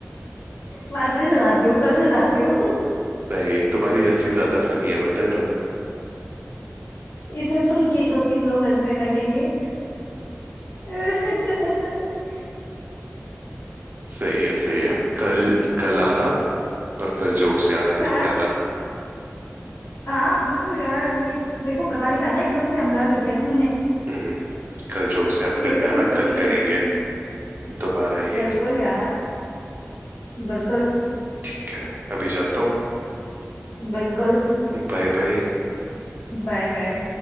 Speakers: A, on the left; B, on the right.
A: बाद में सुनाती हूँ कल सुनाती हूँ <laughs>
B: भाई तुम्हारी हंसी ज्यादा फनी है बताए तुम्हें
A: इसे सुन के ही दो तीन लोग हंसने लगेंगे <laughs>
B: सही है सही है कल कल आना और कल जोक्स याद करके
A: हाँ
B: आना
A: हाँ बिल्कुल यार ये मेरे को पता नहीं था ना एकदम से हमला कर दिया तुमने
B: हम्म, कल जोक्स याद
A: नहीं
B: करके
A: तो
B: आना
A: मैं सोच
B: कल
A: के रखती
B: करेंगे दोबारा यही
A: बिल्कुल यार बिल्कुल
B: ठीक है अभी जाता हूँ
A: बिल्कुल
B: Bye bye
A: Bye bye